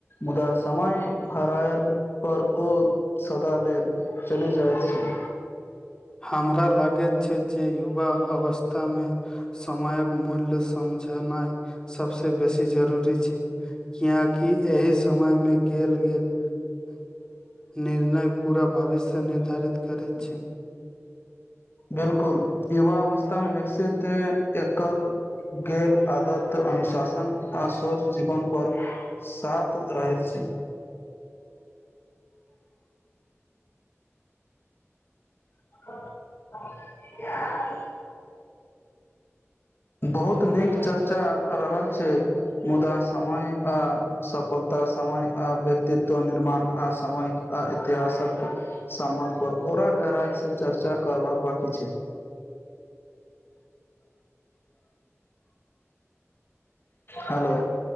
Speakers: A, on the left; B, on the left.
A: मुदा समय हरायल पर ओ सदा लेल चलि जाइत छै।
B: हमरा लागैत छै जे युवा अवस्थामे समयक मूल्य समझनाइ सबसँ बेसी जरूरी छै किएकि एहि समयमे गेल गेल निर्णय पूरा भविष्य निर्धारित करैत छै।
A: बिल्कुल युवा अवस्थामे विकसित एकल गेल आदत, अनुशासन आ स्वस्थ जीवन पर साथ रहैत छै। <unintelligible> बहुत नीक चर्चा रहल छै। मुदा समय आ सफलता, समय आ व्यक्तित्व निर्माण आ समय आ इतिहासक सहमत पर औरा गहराइसे चर्चा करबाक बाकी छै हेलो